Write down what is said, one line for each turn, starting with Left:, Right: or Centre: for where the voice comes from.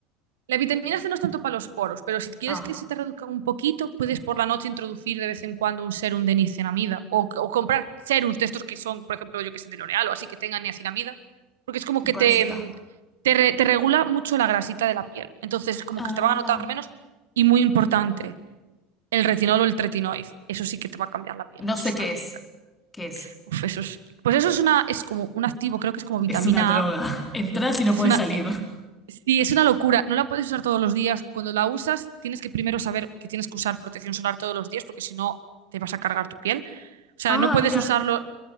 Right: la vitamina C no es tanto para los poros, pero si quieres
Left: Ah,
Right: que se te reduzcan un poquito, puedes por la noche introducir de vez en cuando un serum de niacinamida o, o comprar serums de estos que son, por ejemplo, yo que sé, de L'Oreal o así que tengan niacinamida, porque es como
Left: y
Right: que
Left: con
Right: te,
Left: eso está.
Right: mm, te, re- te regula mucho la grasita de la piel. Entonces es como
Left: Ah,
Right: que te van a notar menos y muy importante, el retinol o el tretinoid. Eso sí que te va a cambiar la piel.
Left: no
Right: Eso
Left: sé
Right: es
Left: qué
Right: una locura.
Left: es. ¿Qué es?
Right: Uf, eso es, pues eso es una, es como un activo, creo que es como vitamina
Left: Es una droga.
Right: A.
Left: <laughs> Entrás y no
Right: Es
Left: puedes
Right: una
Left: salir.
Right: Sí, es una locura. No la puedes usar todos los días. Cuando la usas, tienes que primero saber que tienes que usar protección solar todos los días, porque si no, te vas a cargar tu piel. O sea,
Left: Ah,
Right: no puedes
Left: mira.
Right: usarlo,